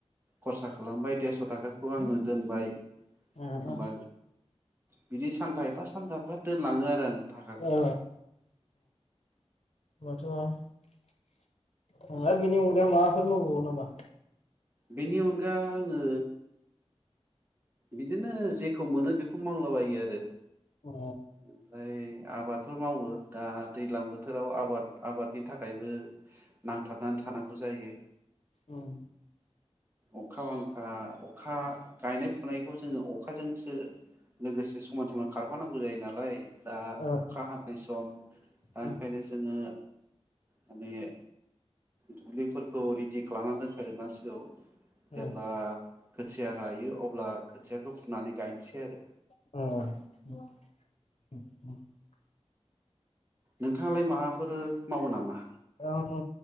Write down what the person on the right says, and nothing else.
खरसा खालामबाय देरस थाखाखौ आङो दोनबाय
होमबा
बिदि सानफा एफा सानफा एफा दोन लाङो आरो आं थाकाखौ
बेनि अनगा आङो बिदिनो जेखौ मोनो बेखौ मावलाबायो आरो
ओमफ्राय आबादफोर मावो दा दैज्लां बोथोराव आबाद आबादनि थाखायबो नांथाबनानै थानांगौ जायो
अखा बांखा अखा गायनाय फुनाय जोङो अखाजोंसो लोगोसे समान समान खारफानांगौ जायो नाला लाय दा अखा
हानाय सम दा
ओंखायनो जोङो माने दुब्लिफोरखौ रेडि खालामना दोनखाजोबनां सिगौ जेब्ला
खोथिया रायो अब्ला खोथियाखौ फुनानै गायनोसै आरो
नोंथाङालाय माबाफोर मावो नामा